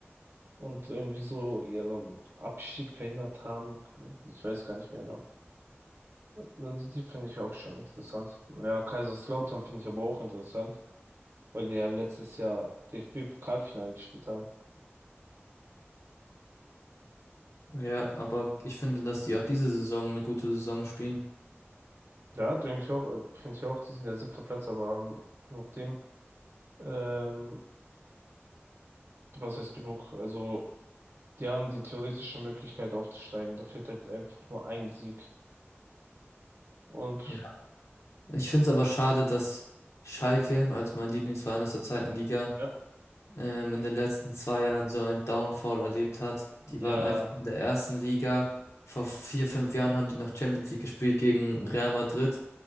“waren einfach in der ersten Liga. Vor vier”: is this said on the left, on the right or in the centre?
Left